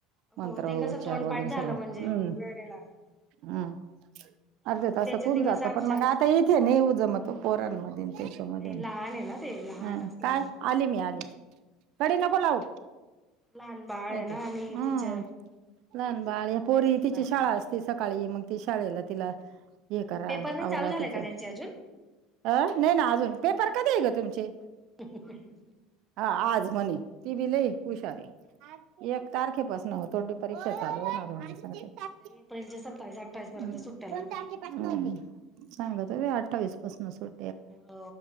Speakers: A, on the right (about 60°); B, in the centre.
A: मंत्र
B: हो ते कसं
A: उच्चार
B: तोंडपाठ
A: वगैरे
B: झालं
A: सगळं
B: म्हणजे वेळ
A: हम्म
B: नाही लागत
A: हम् अर्ध्या
B: मग
A: तासात
B: उद्याच्या
A: होऊन
B: दिवस
A: जात
B: आमच्या
A: पण मग आता हेच ते नाहीे ओ जमत पोरांमध्ये त्याच्यामध्ये
B: नाही लहान आहे ना ते लहान
A: ह
B: असल्यामुळे
A: काय? आले मी आले, कडी नको लावू
B: लहान बाळ
A: हम्...
B: आहे ना आणि तिच्या त्याच्यामुळे
A: लहानबाळ,
B: काय
A: या पोरी
B: जमणार
A: तिची शाळा अस ती सकाळी, मग त शाळेला तिला हे करा
B: पेपर नाही
A: आवरा
B: चालू झाले
A: तिचं
B: का त्यांचे अजून
A: अ... नाही ना अजून, पेपर कधीय थथग तुमचे?
B: ह <inaudible>
A: हा आज म्हणे..., ती बी लई हुशारय ऐ एक तारखेपासनं होतो, परीक्षा चालू होणार <unintelligible> <inaudible> एक तारखे
B: ते एप्रिलच्या सत्तावीस अठ्ठावीस पर्यंत
A: दोन
B: सुट्ट्या लागतील
A: तारखे
B: त्यांना.
A: पासनं होते सांगातय बाई अठ्ठावीस पासंन सुरु
B: हो